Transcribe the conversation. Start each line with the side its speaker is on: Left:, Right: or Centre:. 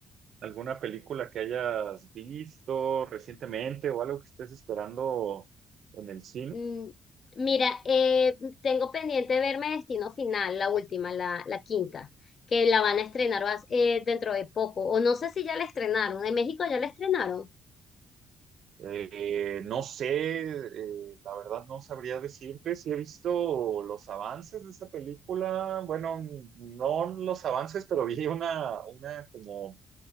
Right: alguna película que hayas visto recientemente o algo que estés esperando en el cine?
Left: Mm, Mira, eh, tengo pendiente verme Destino Final, la última, la, la quinta, que la van a estrenar vas- eh, dentro de poco. O no sé si ya la estrenaron. En México ya la estrenaron.
Right: Eh, no sé, eh, la verdad no sabría decirte si he visto los avances de esa película. Bueno, no los avances, pero vi una, una como